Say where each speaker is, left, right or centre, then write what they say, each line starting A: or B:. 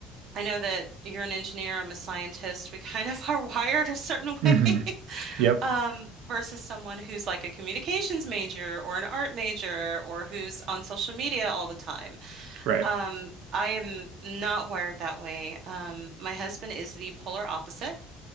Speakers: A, on the right (about 55°); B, on the right (about 80°).
A: I know that you're an engineer, I'm a scientist. We kind of <laughs> are wired a certain
B: hmm
A: way. <laughs>
B: Yep.
A: Um versus someone who's like a communications major or an art major or who's on social media all the time.
B: Right.
A: Um I am not wired that way. Um my husband is the polar opposite.